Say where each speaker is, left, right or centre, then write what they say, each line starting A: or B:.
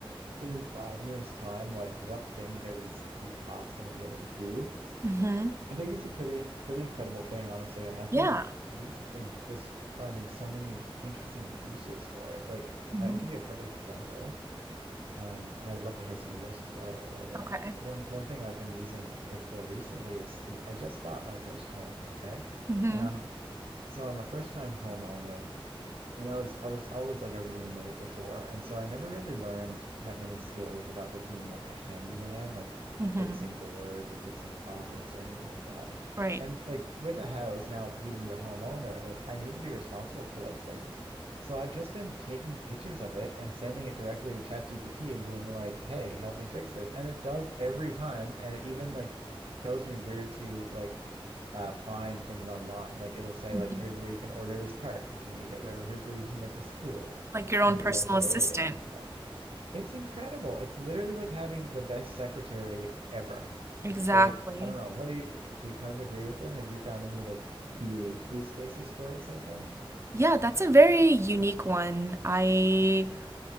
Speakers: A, on the right; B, on the right.
A: in five years' time, like what things are these these bots going to be able to do?
B: Mhm.
A: I think it's a pretty pretty incredible thing, honestly, and I've
B: Yeah.
A: been recently just finding so many interesting uses for it. Like, I-
B: Mhm.
A: I'll give you a perfect example, um, and I'd love to hear some of yours as well, by the way. But
B: Okay.
A: one one thing I've been using it for recently is, is I just bought my first home, okay,
B: Mhm.
A: and I'm so I'm a first time homeowner, and I was I was always like a roommate before, and so I never really learned that many skills about like being like a handyman, like
B: Mhm.
A: fixing doors or fixing closets or anything like that.
B: Right.
A: And like with a house now being the homeowner, like I need to be responsible for those things. So I've just been taking pictures of it and sending it directly to ChatGPT and being like, "Hey, help me fix this." And it does every time, and it even like tells me where to like uh, find things online. Like it'll say
B: Mhm.
A: like here's where you can order this part if you need it, or here's where you can get this tool
B: Like your own
A: in your
B: personal
A: local
B: assistant.
A: area and stuff. It's incredible. It's literally like having the best secretary ever.
B: Exactly.
A: So, like I don't know, what do you do you kind of agree with it? Have you found any like unique use cases for it so far?
B: Yeah, that's a very unique one. I
A: Yeah.